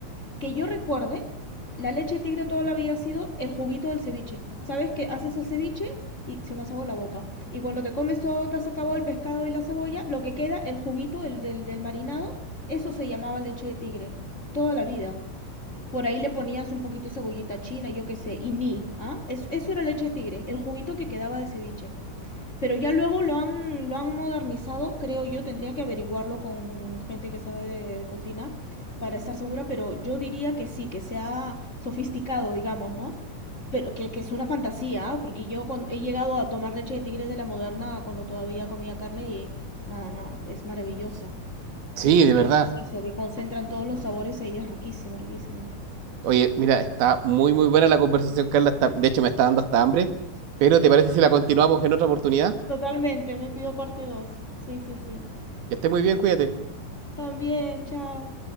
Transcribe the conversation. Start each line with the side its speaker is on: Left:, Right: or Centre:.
Left: que yo recuerde, la leche de tigre toda la vida ha sido el juguito del ceviche. ¿Sabes que haces el ceviche y se me hace agua la boca? Y cuando te comes todo, te has acabado el pescado y la cebolla, lo que queda, el juguito el del, del marinado, eso se llamaba leche de tigre, toda la vida por ahí le ponías un poquito de cebollita china, yo qué sé, y ni, ¿ah? eso eso era leche de tigre, el juguito que quedaba del ceviche. Pero ya luego lo han, lo han modernizado, creo yo, tendría que averiguarlo con gente que sabe de, de cocina para estar segura, pero yo diría que sí, que sea sofisticado, digamos, ¿no? Pero que, que es una fantasía, ¿ah? porque yo con- he llegado a tomar leche de tigre de la moderna cuando todavía comía carne y nada, nada, es maravillosa.
Right: Sí,
Left: Y
Right: de verdad.
Left: creo que es eso, que concentran todos los sabores ahí, es riquísimo, riquísimo.
Right: Oye, mira, está muy, muy buena la conversación, Carla. está- de hecho, me está dando hasta hambre. Pero ¿te parece si la continuamos en otra oportunidad?
Left: Totalmente, me pido parte 2. Sí, sí, sí.
Right: Que esté muy bien, cuídate.
Left: También, chao.